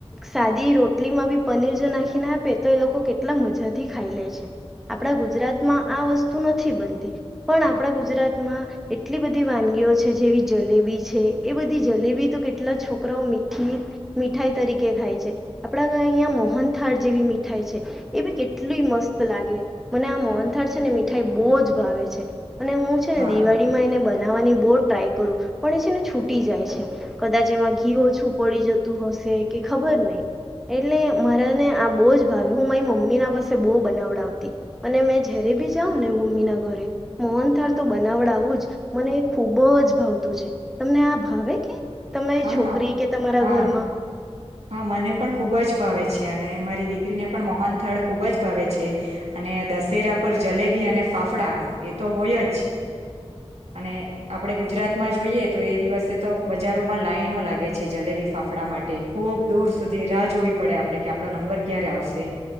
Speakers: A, in the centre; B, on the right.
A: સાદી રોટલીમાં બી પનીર જો નાખી ના આપે તો એ લોકો કેટ લા મજાથી ખાઈ લે છે. આપણા ગુજરાતમાં આ વસ્તુ નથી બનતી પણ આપણા ગુજરાતમાં એટલી બધી વાનગીઓ છે જેવી જલેબી છે એ બધી જલેબી તો કેટલા છોકરાઓ મીઠી મીઠાઈ તરીકે ખાય છે. આપણા ઘરે અહીંયા મોહન થાળ જેવી મીઠાઈ છે. એ બી કેટલી મસ્ત લાગે મને આ મોનથળ છે, ને મીઠાઈ બહુ જ ભાવે છે. અને હું
B: હા
A: છે ને દિવાળી માં એને બનાવવાની બહ ટ્રાય કરું પણ એ છે ને છૂટી જાય છે, કદાચ એમાં ઘી ઓછું પડી જતું હશે કે ખબર નહી. એટલે
B: હા
A: મારાને આ બહુ જ હું મારા મો મમ્મી ના પાસે બહુ બનાવડાવતી અને મેં જરે ભી જાઉં ને મમ્મીના ઘરે મોહન થાર તો બનાવડાવું જ મને એ ખુબ જ ભાવતું છે તમને આ ભાવે કે તમારી
B: હા
A: છોકરી કે તમારા
B: હા
A: ઘરમાં
B: હા મને પણ ખૂબ જ ભાવે છે, અને મારી દીકરીને પણ મોહનથાળ ખૂબ જ ભાવે છે, અને દશેરા પર જલેબી અને ફાફડા એ તો હોય જ અને આપણે ગુજરાતમાં જોઈએ તો એ દિવસે તો બજારોમાં લાાઈનો લાગે છે જલેબી ફાફડા માટે ખૂબ દૂર સુધી રાહ જોવી પડે આપડણે કે આપણો નંબર ક્યારે આવશે